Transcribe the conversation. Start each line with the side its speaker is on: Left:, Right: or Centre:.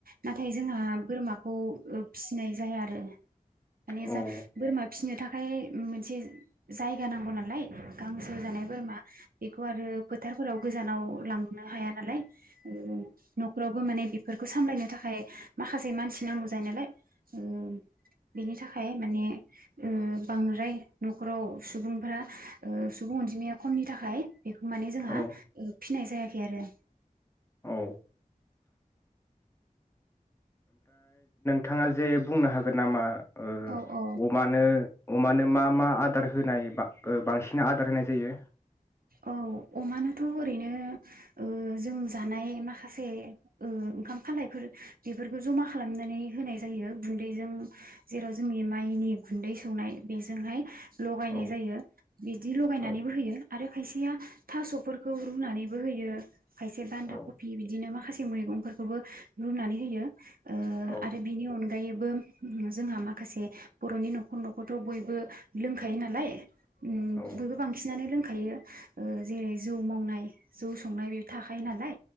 Right: नाथाय जोंहा बोरमाखौ फिसिनाय जाया आरो माने
Left: औ
Right: जा बोरमा फिसिनो थाखाय मोनसे जायगा नांगौ नालाय गांसो जानाय बोरमा खौ आरो फोथारफोराव गोजानाव लांनो हाया नालाय ओ न'खरावबो माने बेफोरखौ सामलायनो थाखाय माखासे मानसि नांगौ जायो नालाय ओ बिनि थाखाय माने ओ बांद्राय न'खराव सुबुंफ्रा ओह सुबुं अनजिमाया खमनि थाखाय बेखौ माने जोंहा
Left: औ औ
Right: ओ फिनाय जायाख बेरो
Left: औ थाङा जे बुंनो हागोन नामा ओह
Right: औ औ
Left: अमानो अमानो मा मा आदार होनाय बा ओ बांसिन आदार होनाय जायो?
Right: औ अमानोथ' ओरैनो ओ जों जानाय माखासे ओ ओंखाम खालायफोर बेफोरखौ जमा खालामनानै होनाय जायो गुन्दैजों जेराव जोंनि माइनि गुन्दै सौनाय बेजोंहाय लगायनाय
Left: औ
Right: जायो बिदि लगायनानैबो
Left: औ
Right: होयो आरो खायसेया थास'फोरखौ रुनानैबो होयो खायसे बान्दा
Left: औ
Right: कफि बिदिनो माखासे <unintelligible> मैगंफोरखौबो रुनानै होयो। ओ
Left: औ
Right: आरो बिनि अन गायैबो जोंहा माखासे बर'नि न'खर न'खरथ' बयबो लोंखायो नालाय उम
Left: औ
Right: बयबो बांसिनानो लों खायो ओह जेरै जौ मावनाय जौ संनाय बे थाखायो नालाय